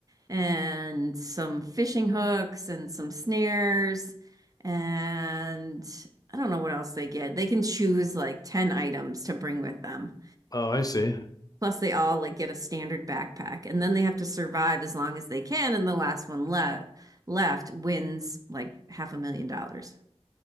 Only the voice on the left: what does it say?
oh, I see.